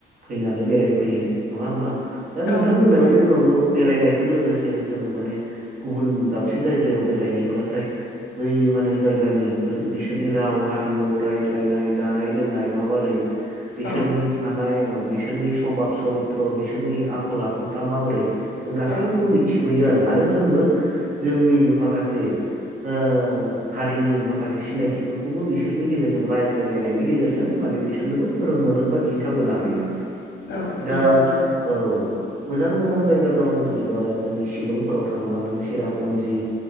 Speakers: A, on the right (about 45°); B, on the left (about 60°).
A: फैनानै बेरायफैयो नङा होमबा। दा नोंथां
B: औ नंगौ
A: बुंनाय बायदिनो नंगौ बेरायनायजों लोगोसे। से जोङो माने गुबुन दाबसे जायगायाव बेरायहैब्लाथाय बै माने जायगानि बिसोरनि राव हारिमु रायज्लायनाय जानाय लोंनाय माबोरै बिसोरनि
B: औ
A: थानाय औ। बिसोरनि सभाब सरित्र बिसोरनि आखल आखुफ्रा माबोरै जों गासैखौबो
B: औ
A: मिथिबोयो आरो आरो जों जोंबो जोंनि माखासे ओ हारिनि माखासे सिनायथिफोरखौबो बिसोरनि गेजेरजों रायज्लायलायनायनि गेजेरजों माने बिस सोरनोबो फोरोंबोनो बा खिन्थाबोनो हायो।
B: औ नंगौ
A: दा
B: नोंथां।
A: औ मोजां मोजां जायगा दं जुदिबा जोंनि शिलंफोराव थाङोबा नों सिरापन्जि